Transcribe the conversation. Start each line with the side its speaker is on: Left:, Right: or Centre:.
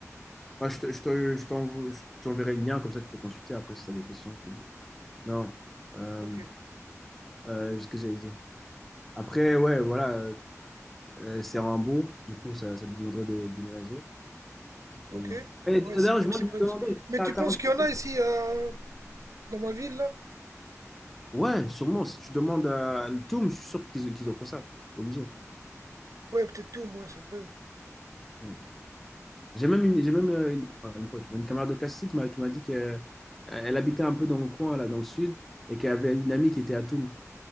Centre: Moi, je te- je te- je t'envo- je t'enverrai le lien, comme ça, tu peux consulter. Après, si tu as des questions, je te dis. Non, euh,
Right: Ok.
Centre: euh, ce que j'allais dire. Après, ouais, voilà, euh, c'est en Hambourg, du coup, ça, ça te demanderait de, déménager.
Right: Ok.
Centre: Mais- Et
Right: Ouais,
Centre: D'ailleurs,
Right: c'est vu
Centre: je
Right: que
Centre: moi,
Right: c'est
Centre: je
Right: présent.
Centre: me demandais,
Right: Mais
Centre: t'as
Right: tu
Centre: t'as
Right: penses
Centre: recherché
Right: qu'il y en a ici euh, dans ma ville là?
Centre: Ouais, sûrement. Si tu demandes à le Toum, je suis sûr qu'ils qu'ils offrent ça. Obligé.
Right: Ouais, peut-être tout, moi c'est vrai.
Centre: Ouais. J'ai même une, j'ai même euh, une, enfin, une pote, une camarade de classe ici qui m'a qui m'a dit qu'elle elle habitait un peu dans le coin, là, dans le sud, et qu'elle avait une amie qui était à Toum,